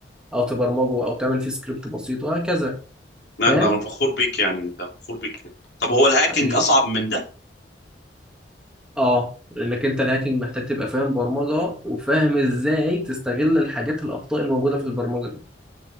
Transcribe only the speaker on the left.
لا
انت انا فخور بيك يعني انت فخور بيك طب هو الهاكينج
اصعب من ده